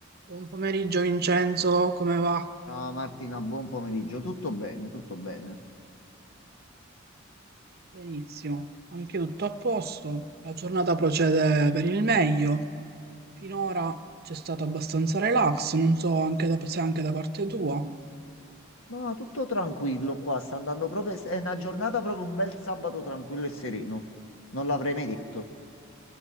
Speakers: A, on the right; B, on the left.
A: Buon pomeriggio Vincenzo, come va?
B: Ciao Martina, buon pomeriggio. Tutto bene, tutto bene.
A: Benissimo, anche tutto a posto. La giornata procede per il meglio. Finora c'è stato abbastanza relax, non so anche da- se anche da parte tua.
B: No, tutto tranquillo qua, sta andando proprio... È una giornata proprio un bel sabato tranquillo e sereno. Non l'avrei mai detto.